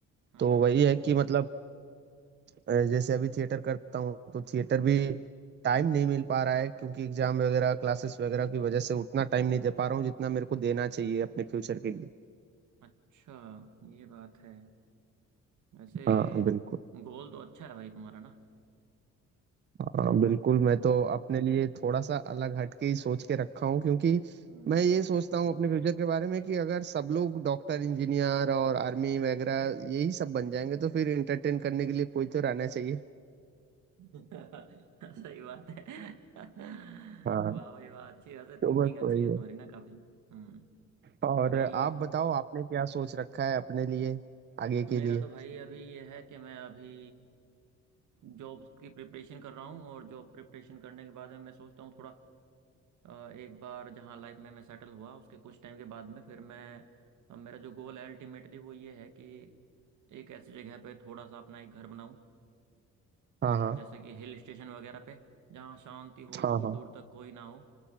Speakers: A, on the right; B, on the right.
A: हम्म
B: तो
A: हम्म
B: वही है कि मतलब अ, जैसे अभी थिएटर करता हूं तो थिएटर भी टाइम नहीं मिल पा रहा है क्योंकि एग्जाम वगैरह क्लासेस वगैरह की वजह से उतना टाइम नहीं दे पा रहा हूँ जितना मेरे को देना चाहिए अपने फ्यूचर के लिए
A: अच्छा ये बात है वैसे
B: हाँ बिल्कुल
A: गोल तो अच्छा है भाई तुम्हारा ना
B: हाँ बिल्कुल मैं तो अपने लिए थोड़ा सा अलग हटके ही सोच के रखा हूँ क्योंकि
A: हम्म
B: मैं ये सोचता हूँ अपने फ्यूचर के बारे में कि अगर सब लोग डॉक्टर इंजीनियर और आर्मी वगैरह यही सब बन जाएंगे तो फिर एंटरटेन करने के लिए कोई तो रहना चाहिए
A: <laughs> सही बात है <laughs>
B: हाँ
A: वाह भाई वाह अच्छी वैसे
B: तो
A: थिंकिंग
B: बस
A: अच्छी
B: वही
A: है
B: है
A: तुम्हारी ना काफी हम्म
B: और
A: भाई
B: आप बताओ आपने क्या सोच रखा है अपने लिए आगे
A: मेरा
B: के लिए
A: तो भाई अभी ये है कि मैं अभी जॉब की प्रिपरेशन कर रहा हूँ और जॉब प्रिपरेशन करने के बाद में मैं सोचता हूँ थोड़ा अ, एक बार जहाँ लाइफ में मैं सेटल हुआ उसके कुछ टाइम के बाद में फिर मैं अ, मेरा जो गोल है अल्टीमेटली वो ये है कि एक ऐसी जगह पे थोड़ा सा अपना एक घर बनाऊँ
B: हाँ हाँ
A: जैसे कि हिल स्टेशन वगैरह पे जहाँ शांति हो
B: हाँ
A: दूर
B: हाँ
A: दूर तक कोई ना हो